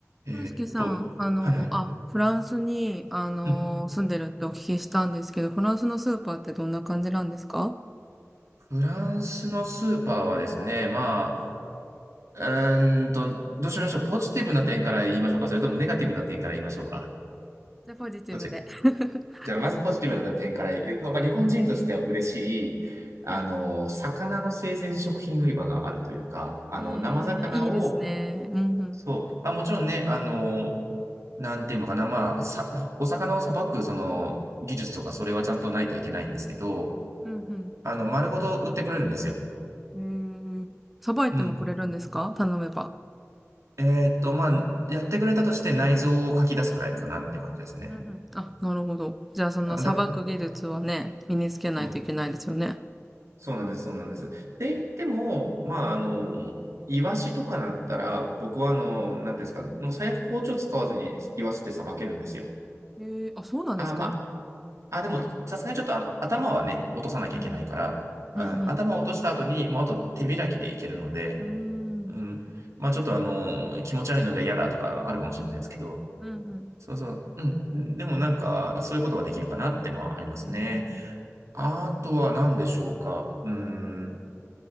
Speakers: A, on the right (about 75°); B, in the centre.
A: えーっと、
B: 俊介さん、あの、
A: はいはい。
B: あ、フランスに、あの、
A: うん。
B: 住んでるってお聞きしたんですけど、フランスのスーパーってどんな感じなんですか
A: フランスのスーパーはですね、まあ、うーんと、どうしましょう。ポジティブな点から言いましょうか。それともネガティブな点から言いましょうか。
B: じゃあ、ポジティブで。
A: どっちが
B: <laughs>
A: じゃあ、まずポジティブな点から言うと、まあ、日本人としては嬉しい、
B: はい。
A: あの、魚の生鮮食品売り場があるというか、あの、
B: えー、
A: 生魚を、
B: いいですね。うんうん。
A: そう、まあ、もちろんね、あの、なんていうのかな、まあ、さ、お魚をさばく、その、技術とか、それはちゃんとないといけないんですけど、
B: うん
A: あの、丸ごと売ってくれるんですよ。
B: うん。うーん。さばいてもくれるんですか頼めば。
A: うん。えーっと、まあ、やってくれたとして内臓を書き出すくらいかなっていう感じですね。
B: うんうん。あ、なるほど。じゃあ、その、
A: あ、
B: さばく技術はね、
A: だ、
B: 身につけないといけないですよね。
A: そう、そうなんです、そうなんです。って言っても、まあ、あの、イワシとかだったら、僕は、あの、
B: うん
A: なんていうんですか、もう最悪包丁使わずにイワシってさばけるんですよ。
B: うん。えー、あ、そうなんですか
A: あ、まあ、あ、でも、さすがにちょっと、あの、頭はね、落とさなきゃいけないから、
B: うんうん。
A: あ、
B: うんうん。
A: 頭を落とした後に、もうあと手開きでいけるので、
B: うーん。
A: うん、まあ、ちょっと、あの、気持ち悪いのが嫌だとかあるかもしれないですけど、
B: うんうん。
A: そうそう。うん。でもなんか、そういうことができるかなってのはありますね。
B: えー
A: あとは何でしょうか。うーん。